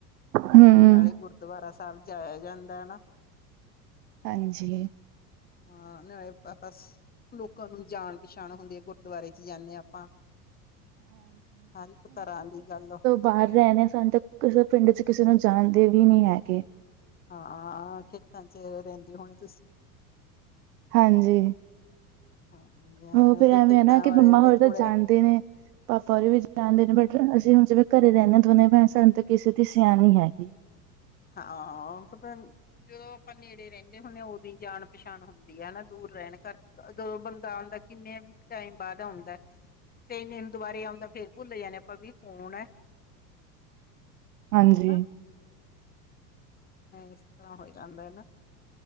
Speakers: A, on the right; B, on the left.
A: ਹੂੰ,
B: ਨਾਲੇ ਗੁਰਦੁਆਰਾ ਸਾਬ ਜਾਏਆ ਜਾਂਦਾ ਏ ਨਾ।
A: ਹਾਂਜੀ।
B: ਹਾਂ ਨਾਲੇ ਬ ਬਸ ਲੋਕਾਂ ਨੂੰ ਜਾਣ ਪਛਾਣ ਹੁੰਦੀ ਏ ਗੁਰ ਗੁਰਦੁਆਰੇ ਚ ਜਾਂਨੇ ਆਂ ਆਪਾਂ ਹਰ ਇੱਕ ਤਰਾਂ ਦੀ ਗੱਲ
A: ਘਰ ਰੈਨੇ ਆ ਸਨ ਤਾਂ ਕਿਸੇ ਪਿੰਡ ਚ ਕਿਸੇ ਨੂੰ ਜਾਣਦੇ ਵੀ ਨੀ ਹੈਗੇ।
B: ਹਾਂ ਖੇਤਾਂ ਚ ਰੈਂਦੇ ਹੋਣੇ ਤੁਸੀ।
A: ਹਾਂਜੀ,
B: ਹਾਂ
A: ਓ ਫੇਰ
B: ਫਿਰ
A: ਐਵੇਂ
B: ਖੇਤਾਂ
A: ਐਨਾ ਕਿ
B: ਵਾਲੇ
A: ਮੰਮਾ ਹੋਰ
B: ਦਾ ਥੋੜਾ
A: ਤਾਂ ਜਾਣਦੇ
B: ਜਿਹਾ
A: ਨੇ। ਪਾਪਾ ਵੀ ਜਾਣਦੇ
B: ਹਾਂ
A: ਨੇ, ਬਟ ਅਸੀਂ ਹੁਣ ਜਿਵੇਂ ਘਰੇ ਰਹਿੰਦੇ ਹਾਂ ਦੋਨੇ ਭੈਣ, ਸਾਨੂੰ ਤਾਂ ਕਿਸੇ ਦੀ ਸਿਆਣੀ ਹੈਗੀ।
B: ਹਾਂ ਫ ਫ <unintelligible> ਜਦੋਂ ਆਪਾਂ ਨੇੜੇ ਰਹਿੰਦੇ ਹੁੰਦੇ ਹਾਂ, ਉਦੀ ਜਾਣ ਪਛਾਣ ਹੁੰਦੀ ਆ ਨਾ, ਦੂਰ ਰਹਿਣ ਕਰਕੇ ਜਦੋੋਂ ਬੰਦਾ ਆਉਂਦਾ, ਕਿੰਨੇ ਟਾਈਮ ਬਾਅਦ ਆਉਂਦਾ। ਤੇੈਨੂੰ ਦੁਬਾਰੇ ਆਉਂਦਾ, ਫੇਰ ਭੁੱਲ ਜਾਣੇ, ਆਪਾ ਵੀ ਫੋਨ ਹੈ।
A: ਹਾਂਜੀ
B: ਹਨਾ ਇਸ ਤਰ੍ਹਾਂ ਹੋ ਜਾਂਦਾ ਨਾ।